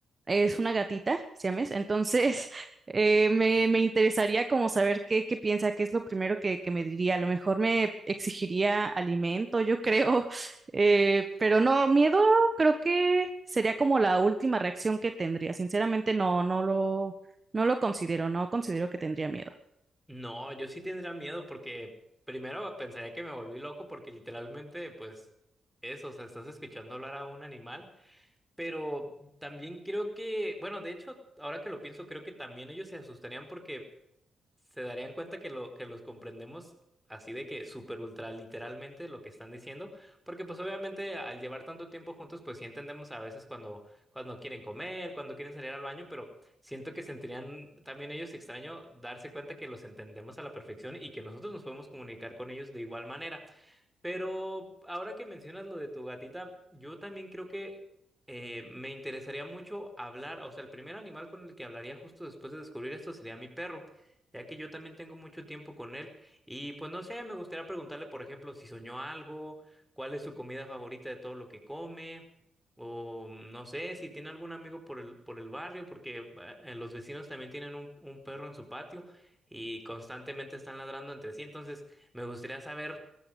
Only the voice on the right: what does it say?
es una gatita, siames, entonces <laughs> eh, me, me interesaría como saber qué, qué piensa, qué es lo primero que, que me diría, a lo mejor me exigiría alimento, yo creo, <laughs> eh, pero no, miedo creo que sería como la última reacción que tendría, sinceramente no, no lo, no lo considero, no considero que tendría miedo.